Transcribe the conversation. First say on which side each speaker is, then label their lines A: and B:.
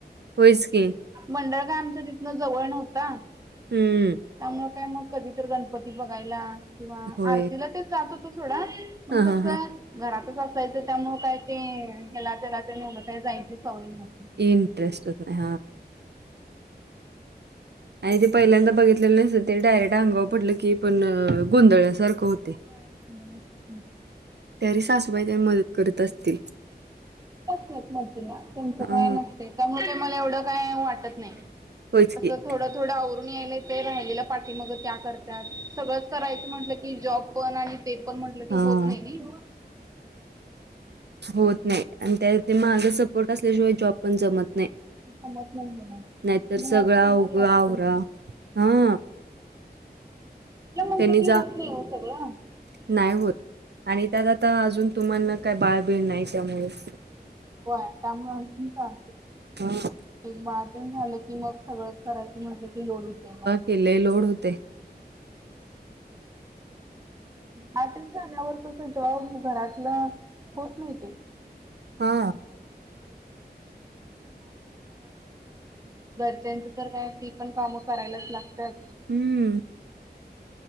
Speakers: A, on the right; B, on the right.
A: होयच की
B: मंडळ का आमचं तिथनं जवळ नव्हता
A: हम्
B: त्यामुळ काय मग कधी तर गणपती बघायला किंवा
A: होय.
B: आरतीला तेच जात होतो सोडा पण
A: हां,
B: कस
A: हां, हां.
B: घरातच असायचं त्यामुळ काय ते ह्याला त्याला ते एवढा काही जायची सवय नव्हती
A: इंटरेस्ट नाही हा आणि ते पहिल्यांदा बघितलेल नसतं ते डायरेक्ट अंगावर पडलं की पण गोंधळसारखं होतय
B: <inaudible>
A: तरी सासूबाई त्यांना मदत करत असतील
B: तुमचं
A: हां.
B: काय नसतय त्यामुळं तुम्हांला एवढं काय वाट नाही
A: होयच
B: अस
A: की.
B: थोडं थोडं आवरून यायला ते राहिलेला पाठी मग त्या करतात सगळंच करायच म्हटलं की जॉब पण आणि ते पण म्हटलं की
A: हां.
B: होत नाही नाही नी
A: होत नाही आणि त्या माग सपोर्ट असल्याशिवाय जॉब पण जमत नाही
B: जमत नाही म्हणा
A: नाहीतर सगळं
B: घरात कोणतरी
A: अवघं
B: लागत
A: आवरा. हां.
B: त्या म्हंत
A: त्यांनी
B: की
A: जा
B: होत नाही हो सगळं
A: नाही होत आणि त्यात आता अजून तुम्हाना काय बाळबीण नाही त्यामुळेच
B: हो त्यामुळे आणखीन चालतय
A: हा
B: एक बाळ तेन झालं की मग सगळं करायचं म्हटलं कि लोडवते मग
A: ते लोड होतय
B: बाळ तेन झाल्यावर तस जॉब घरातलं होत नाही ते
A: हा
B: घरच्याच तर काय ती पण कामं करायलाच लागतात
A: हम्म